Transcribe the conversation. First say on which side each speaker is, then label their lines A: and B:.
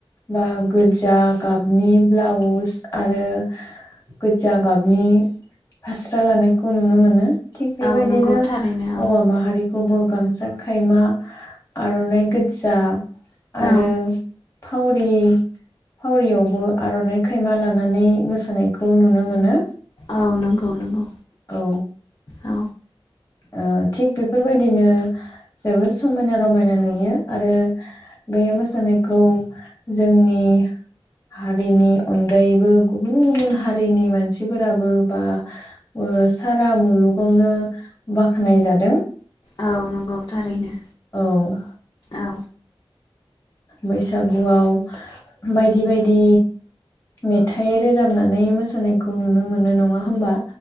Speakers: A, on the left (about 30°); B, on the left (about 45°).
A: बा गोजा गाबनि ब्लाउस आरो गोजा गाबनि फास्रा लानायखौ नुनो मोनो। थिग बेबायदिनो
B: औ नंगौ थारैनो औ
A: ओ माहारिखौबो गाम जा खायमा आर'नाइ गोदजा आरो
B: औ
A: फावरि फावरियावबो आर'नाइ खायमा लानानै मोसा नायखौ नुनो मोनो।
B: औ नंगौ नंगौ
A: औ।
B: औ
A: ओ थिग बेफोरबायदिनो जोबोद समायना रमायना नुयो आरो बे मोसानायखौ जोंनि हारिनि अनगायैबो गुबुन गुबुन हारिनि मानसिफोराबो बा ओ सारा मुलुगावनो बाख्नाय जादों।
B: औ नंगौ थारैनो।
A: औ।
B: औ
A: बैसागुआव बायदि बायदि मेथाइ रोजाबनानै मोसानायखौ नुनो मोनो नङा होमबा?